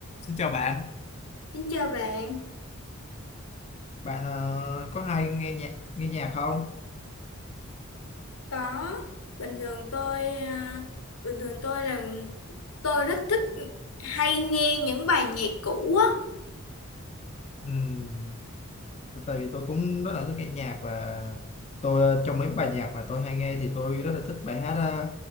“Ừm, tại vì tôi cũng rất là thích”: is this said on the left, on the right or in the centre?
Left